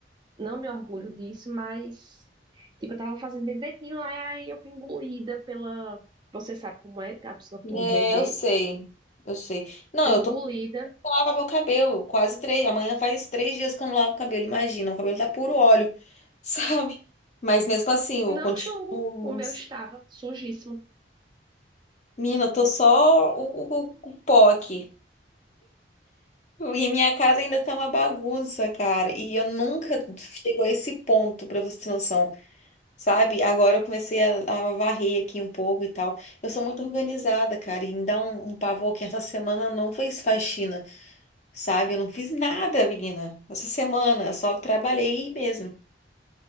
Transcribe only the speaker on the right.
Não me orgulho disso, mas. Tipo, eu tava fazendo direitinho, aí aí eu fui engolida pela. Você sabe como é cápsula com
o bebê.
fui
engolida.
Não
julgo, o meu estava sujíssimo.